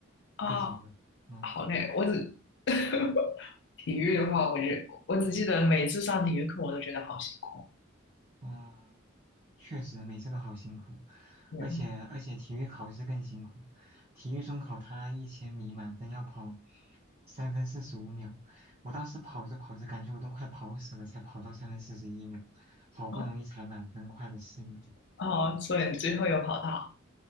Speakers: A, on the left; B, on the right.
A: 啊，
B: 这几个，嗯
A: 好累。我只 <laughs> 体育的话，我觉我只记得每次上体育课我都觉得好辛苦。
B: 嗯。确实每次都好辛苦，
A: 对，
B: 而且而且体育考试更辛苦。体育中考他一千米满分要跑三分四十五秒，我当时跑着跑着感觉我都快跑死了，才跑到三分四十一秒，好不容易才满分快了四秒。
A: 哦哦，所以你最后有跑到？